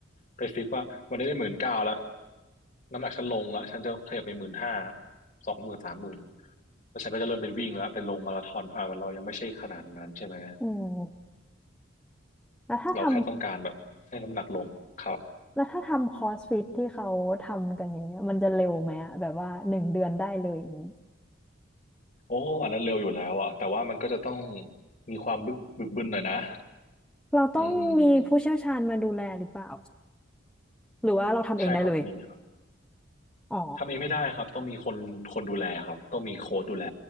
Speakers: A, on the left; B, in the centre.
A: ไปฟิกว่าวันนี้ได้หมื่นเก้าแล้วน้ำหนักฉันลงแล้วฉันจะขยับไปหมื่นห้าสองหมื่นสามหมื่นแล้วฉันก็จะเริ่มเป็นวิ่งแล้วไปลงมาราธอนอ่ามันเรายังไม่ใช่ขนาดนั้นใช่ไหม
B: อืมแล้วถ้าท
A: เราแค่ต้องการแบบให้น้ำหนักลงครับ
B: ำแล้วถ้าทำคอสฟิตที่เขาทำกันอย่างเงี้ยมันจะเร็วไหมอะแบบว่าหนึ่งเดือนได้เลยอย่างงี้
A: โอ้อันนั้นเร็วอยู่แล้วอะแต่ว่ามันก็จะต้องมีความบึกบึกบึนหน่อยนะ
B: เราต้องมีผู้เชี่ยวชาญมาดูแลหรือเปล่า
A: อืม
B: หรือว่าเราทำเองได้เลย
A: ใช่ครับมีครับ
B: อ๋อ
A: ทำเองไม่ได้ครับต้องมีคนคนดูแลครับต้องมีโค้ชดูแล